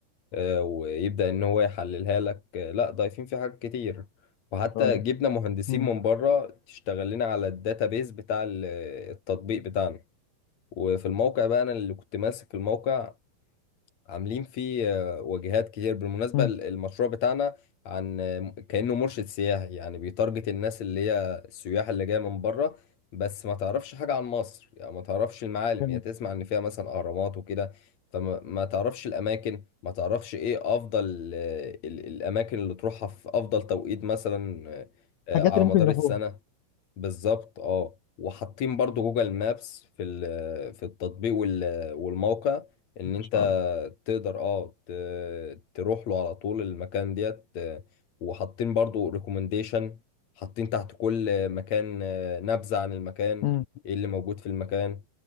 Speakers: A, on the left (about 45°); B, on the left (about 80°).
A: آه، ويبدا ان هو يحللها لك آه، لا ضايفين فيه حاجات كتير وحتى
B: شاء الله
A: جبنا مهندسين
B: مم.
A: من بره تشتغل لنا على الداتابيز بتاع ال- التطبيق بتاعنا وفي الموقع بقى انا اللي كنت ماسك الموقع عاملين فيه آه، واجهات كتير بالمناسبة
B: مم.
A: ال- المشروع بتاعنا عن آه، كأنه مرشد سياحي يعني بيتارجت الناس اللي هي السياح اللي جاية من بره بس ما تعرفش حاجة عن مصر يعني ما تعرفش المعالم
B: يعني
A: هي تسمع ان فيها مثلا اهرامات وكده فما ما تعرفش الاماكن ما تعرفش ايه افضل آه، ال- الاماكن اللي تروحها في افضل توقيت مثلا آه، آه،
B: الحاجات
A: على
B: اللي
A: مدار
B: ممكن يروحوها
A: السنة بالظبط اه وحاطين برضو جوجل مابس في ال- في التطبيق وال- والموقع ان
B: إن
A: انت
B: شاء الله
A: تقدر اه ت- تروح له على طول المكان ديت آه، وحاطين برضو ريكومنديشن حاطين تحت كل مكان آه، نبذة عن المكان
B: مم.
A: ايه اللي موجود في المكان